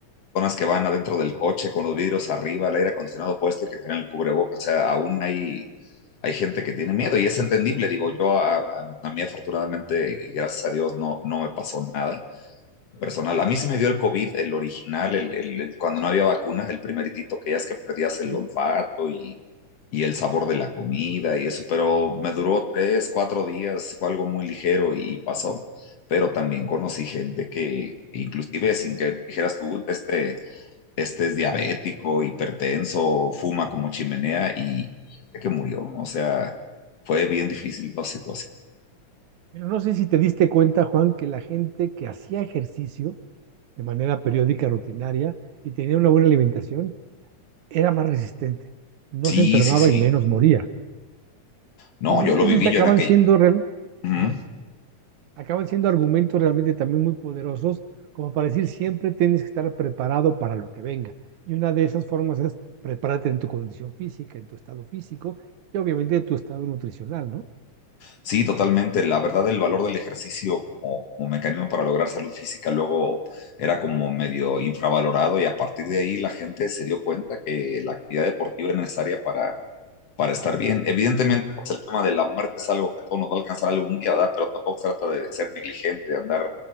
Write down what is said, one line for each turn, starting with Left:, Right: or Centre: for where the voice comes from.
Left: personas que van adentro del coche con los vidrios arriba, el aire acondicionado puesto y que tienen el cubrebocas. O sea, aún hay, hay gente que tiene miedo y es entendible. Digo, yo a, a a mí afortunadamente y gracias a Dios no, no me pasó nada personal. A mí se me dio el COVID, el original, el, el- el- cuando no había vacuna, el primeritito que ya es que perdías el
Right: Sí.
Left: olfato y, y el sabor de la comida y eso, pero me duró tres, cuatro días, fue algo muy ligero y pasó. Pero también conocí gente que, que inclusive sin que dijeras tú, este este es diabético, hipertenso, fuma como chimenea y gente que murió. O sea, fue bien difícil la situación.
Right: Pero no sé si te diste cuenta, Juan, que la gente que hacía ejercicio de manera periódica, rutinaria, y tenía una buena alimentación, era más resistente, no
Left: Sí,
Right: se enfermaba
Left: sí, sí.
Right: y menos moría.
Left: No,
Right: Entonces,
Left: yo lo
Right: esos
Left: viví
Right: acaban
Left: yo en aquella.
Right: siendo... real-
Left: Ujú.
Right: Ajá. acaban siendo argumentos realmente también muy poderosos, como para decir siempre tienes que estar preparado para lo que venga. Y una de esas formas es prepárate en tu condición física, en tu estado físico y obviamente en tu estado nutricional, ¿no?
Left: Sí, totalmente. La verdad, el valor del ejercicio como, como mecanismo para lograr salud física luego era como medio infravalorado y a partir de ahí la gente se dio cuenta que la actividad deportiva es necesaria para para estar bien. Evidentemente, pues el tema de la muerte es algo que a todos nos va a alcanzar algún día, ¿verdad? Pero tampoco se trata de ser negligente, de andar,